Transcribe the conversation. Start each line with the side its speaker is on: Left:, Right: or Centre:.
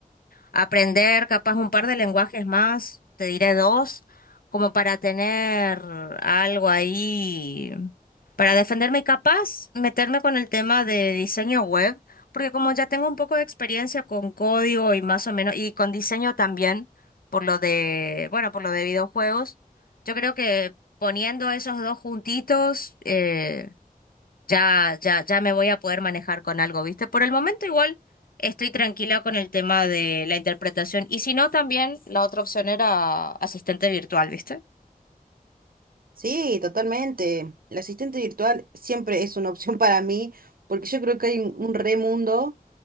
Left: aprender capaz un par de lenguajes más, te diré dos, como para tener algo ahí, para defenderme y capaz meterme con el tema de diseño web, porque como ya tengo un poco de experiencia con código y más o menos, y con diseño también, por lo de, bueno, por lo de videojuegos, yo creo que poniendo esos dos juntitos, eh, ya, ya, ya me voy a poder manejar con algo, ¿viste? Por el momento igual estoy tranquila con el tema de la interpretación y si no, también la otra opción era asistente virtual, ¿viste?
Right: Sí, totalmente. El asistente virtual siempre es una opción <laughs> para mí, porque yo creo que hay un un re mundo